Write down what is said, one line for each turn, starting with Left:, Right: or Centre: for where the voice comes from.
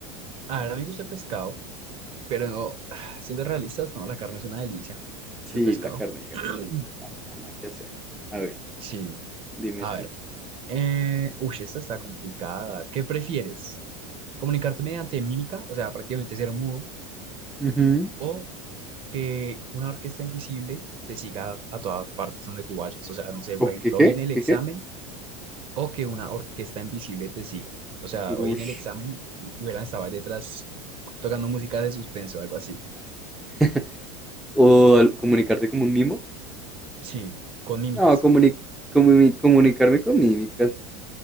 Right: A ver, a mí me gusta el pescado, pero no, <sighs> siendo realistas, no, la carne es una delicia.
Centre: Sí,
Right: El pescado.
Centre: la carne gana,
Right: <clears throat>
Centre: así que nada que hacer. A ver,
Right: Sí.
Centre: dime
Right: A
Centre: tú.
Right: ver. Eh, uy, esta está complicada. ¿Qué prefieres? ¿Comunicarte mediante mímica, o sea, prácticamente ser mudo,
Centre: Ujú.
Right: o que una orquesta invisible te siga a todas partes donde tú vayas. O sea, no sé, por
Centre: ¿O
Right: ejemplo,
Centre: qué qué?
Right: hoy en el
Centre: ¿Qué
Right: examen
Centre: qué?
Right: o que una orquesta invisible te siga. O sea, hoy
Centre: Ush.
Right: en el examen hubieran estado detrás tocando música de suspenso, algo así.
Centre: <laughs> ¿O al- comunicarte como un mimo?
Right: Sí, con mímicas.
Centre: No, comuni- comuni- comunicarme con mímicas.